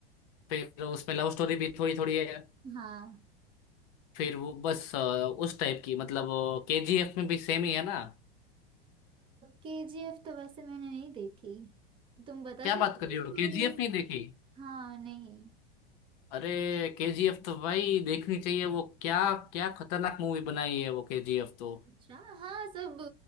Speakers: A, on the left; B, on the right.
A: फिर उसमें लव स्टोरी भी थोड़ी थोड़ी है
B: हाँ
A: फिर वो बस अ, उस टाइप की मतलब केजीएफ में भी सेम ही है ना
B: के जी एफ तो वैसे मैंने नहीं देखी तुम बता
A: क्या
B: सकते
A: बात कर
B: हो
A: रही
B: स्टोरी
A: हो केजीएफ
B: उसकी
A: नहीं देखी
B: हाँ नहीं
A: अरे केजीएफ तो भाई देखनी चाहिए वो क्या क्या खतरनाक मूवी बनाई है वो केजीएफ तो
B: अच्छा हाँ सब